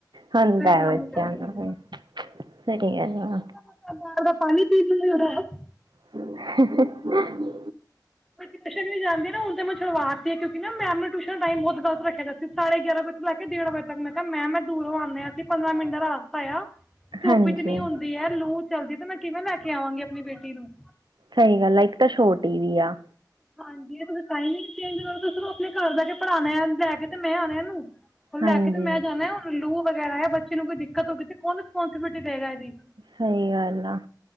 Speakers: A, on the right; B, in the centre.
A: ਹੁੰਦੈ
B: ਮੈਂ ਕੰਮ
A: ਬੱਚਿਆਂ
B: ਕਰਦੀ
A: ਨੂੰ
B: ਹਾਂ
A: ਸਈ ਗੱੱਲ ਆ।
B: <unintelligible>
A: <inaudible>
B: ਟਿਊਸ਼ਨ ਵੀ ਜਾਂਦੀ ਐ ਨਾ ਓ ਤਾਂ ਮੈਂ ਛਡਵਾਤੀ ਕਿਉਂਕਿ ਨਾ ਮੈਮ ਨੂੰ ਟਿਊਸ਼ਨ ਟਾਈਮ ਬਹੁਤ ਗਲਤ ਰੱਖਿਆ ਸੀ ਸਾ ਰੇ ਗਿਆਰਾਂ ਵਜੇ ਤੋਂ ਲੈ ਕੇ ਡੇਢ ਵਜੇ ਤੱਕ ਮੈਂ ਕੇਆ ਮੈਂਮ ਮੈ ਦੂਰੋਂ ਆਦੇ ਅਸੀ ਪੰਦਰਾਂ ਮਿੰਟ ਦਾ ਰਸਤਾ ਆ। ਧੁਪ
A: ਹਾਂਜੀ
B: ਇਤਨੀ ਹੁੰਦੀ ਐਲੂ ਚਲਦੀ ਤੇ ਮੈਂ ਕਿਵੇਂ ਲੈ ਕੇ ਆਵਾਂਗੀ ਆਪਣੀ ਬੇਟੀ ਨੂੰ।
A: ਸਹੀ ਗੱਲ ਆ ਇੱਕ ਤਾਂ ਛੋਟੀ ਵੀ ਆ।
B: ਹਾਂਜੀ ਤੁਸੀਂ ਟਾਇਮਿੰਗ ਚੇਂਜ ਕਰੋ, ਤੁਸੀ ਤੇ ਆਪਣੇ ਘਰ ਬਹਿਕੇ ਪੜ੍ਹਾਣੈ, ਲੈਕੇ ਤੇ ਮੈਂ ਆਣਾ ਇਹਨੂੰ।
A: ਹਾਂਜੀ
B: ਲੈਕੇ ਤੇ ਮੈਂ ਜਾਣਾ ਏ, ਲੂ ਵਗੈਰਾ ਹੈ ਬੱਚੇ ਨੂੰ ਕੋਈ ਦਿੱਕਤ ਹੋ ਗਈ ਤੇ ਕੌਣ ਰਿਸਪੋਂਸੀਬਿਲਿਟੀ ਦਇਗਾ ਇਹਦੀ।
A: ਸਹੀ ਗੱਲ ਆ।